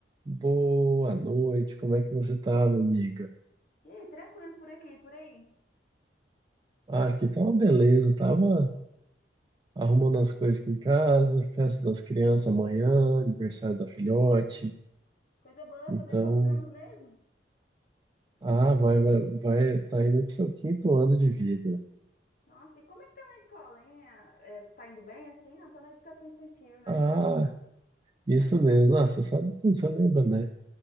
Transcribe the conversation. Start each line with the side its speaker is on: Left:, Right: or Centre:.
Right: Boa noite, como é que você tá, minha amiga?
Left: E aí, tranquilo por aqui, por aí.
Right: Ah, aqui tá uma beleza, tava arrumando as coisas aqui em casa, festa das crianças amanhã, aniversário da filhote.
Left: Coisa boa,
Right: Então,
Left: fazer quantos anos mesmo?
Right: ah, vai, vai, vai, tá indo pro seu quinto ano de vida.
Left: Nossa, e como é que tá na escola, hein? Ah, é, tá indo bem assim? Ah, tá na educação infantil, né?
Right: Ah, isso mesmo, nossa, você sabe tudo, você lembra, né?